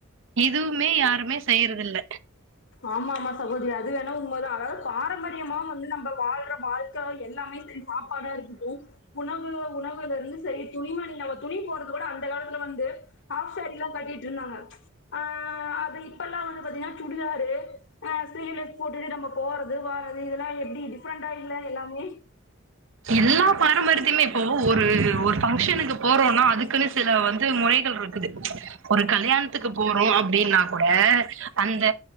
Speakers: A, on the right; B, on the left.
A: இதுவுமே யாருமே செய்யற்துல்ல
B: ஆம் ஆமா சகோத்ரி அது வேனா உண்மதா அதாவுது பாரம்பரியமாவு வந்து நம்ப வாழ்ற வாழ்க்க எல்லாமே செரி சாப்பாடா இருக்குட்டு உணவு உணவுல இருந்து செரி துணிமனி நம்ம துணி போட்றது கூட அந்த கால துல வந்து ஹாஃப் சாரிலா கட்டிட்ருந்தாங்க ஆ அது இப்பல்லா வந்து பாத்தீங்ன்னா சுடுதா அ ஸ்லீவ்லெஸ் போட்டுட்டு நம்ப போறது வாறது இதல்லா எப்டி டிஃப்ரெண்டா இல்ல எல்லாமே
A: எல்லா பாரம்பரித்திமே இப்போ ஒரு ஒரு ஃபங்க்ஷனுக்கு போறோனா அதுக்குனு சில வந்து முறைகள்ருக் குது ஒரு கல்யாணத்துக்கு போறோ அப்டின்னா கூட அந்த